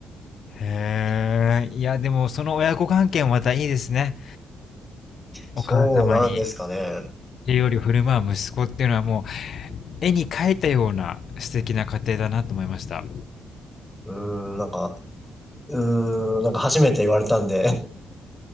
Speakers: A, on the left; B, in the centre.
A: へえ。いや、でもその親子関係もまたいいですね。
B: そうなんですかね。
A: お母様に栄養料振る舞う息子っていうのはもう絵に描いたような素敵な家庭だなと思いました。
B: うーん、なんか、うーん、なんか初めて言われたんで、